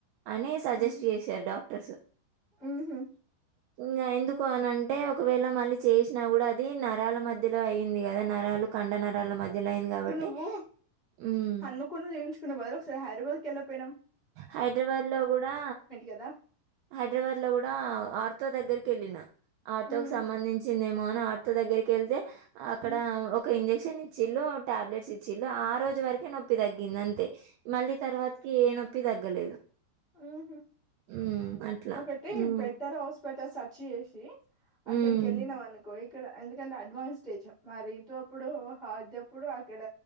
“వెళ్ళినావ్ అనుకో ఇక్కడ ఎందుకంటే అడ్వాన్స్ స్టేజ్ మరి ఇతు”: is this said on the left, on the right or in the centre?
Left